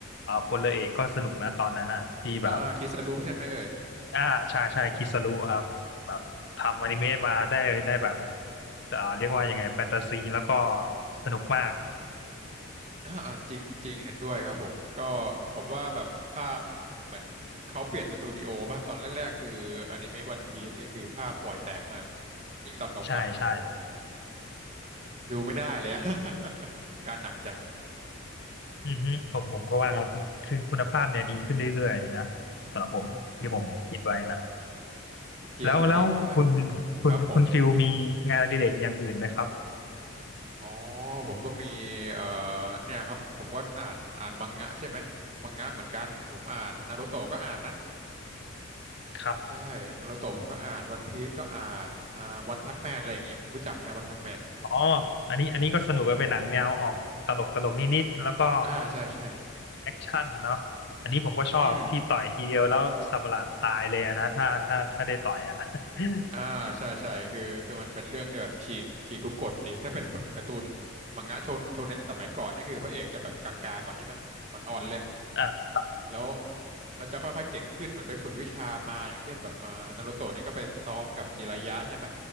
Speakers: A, on the left; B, on the right.
A: อ่าพลเรือเอกก็สนุกนะตอนนั้นอ่ะที่แบบ
B: อ่าคิสรุใช่ไหมเอ่ย
A: อ่าใช่ใช่คิสรุครับแบบทำอนิเมะมาได้ได้แบบ
B: อืม
A: อ่าเรียกว่ายังไงแฟนตาซีแล้วก็สนุกมาก
B: อ่าอ่าจริงจริงเห็นด้วยครับผมก็ผมว่าแบบภาพเหมือนเขาเปลี่ยนสตูดิโอป่ะตอนแรกๆคืออนิเมะวันพีซนี่คือภาพห่วยแตกมากยิ่งตอนเก่าๆเนี่ยโห
A: ใช่ใช่
B: ดูไม่ได้เลยอะ <laughs> การหนักจัด
A: อือฮึผมผมก็ว่าคือคุณภาพเนี่ยดีขึ้นเรื่อยๆนะสำหรับผมที่ผมคิดไว้นะ
B: อืมจริงจริงครับ
A: แล้วแล้วคุณคุณคุณฟิลมีงานอดิเรกอย่างอื่นไหมครับ
B: ครับผมอ๋อผมก็มีเอ่อเนี่ยครับผมก็อ่านอ่านมังงะใช่ไหมมังงะเหมือนกันผมอ่านนารูโตะก็อ่านนะ
A: ครับ
B: ใช่นารูโตะผมก็อ่านวันพีซก็อ่านอ่าวันพันแมนอะไรอย่างงี้รู้จักไหมฮะวันพันแมน
A: อ๋ออันนี้อันนี้ก็สนุกกันเป็นหนังแนวออกตลกตลกนิดๆแล้วก็
B: อ่าใช่ใช่
A: แอคชั่นเนาะอันนี้ผมก็ชอบที่ต่อยทีเดียวแล้วสับประหลาดตายเลยอะนะถ้าถ้าถ้าได้ต่อยอ่ะ
B: อืม อ่า
A: <laughs>
B: ใช่ใช่คือ คือ มันเป็นเรื่องที่แบบ ฉีก ฉีกทุกกฎดีถ้าเป็นแบบการ์ตูนมังงะโชนโชเนนสมัยก่อน นี่คือพระเอกจะแบบกากๆก่อนใช่ไหมอ่อนๆเลย
A: อ่ะ
B: แล้ว แล้วจะค่อยๆ เก่งขึ้นเหมือนไปฝึกวิชามา อย่างเช่นแบบเอ่อนารูโตะเนี่ยก็ไปซ้อมกับจิรายะใช่ไหม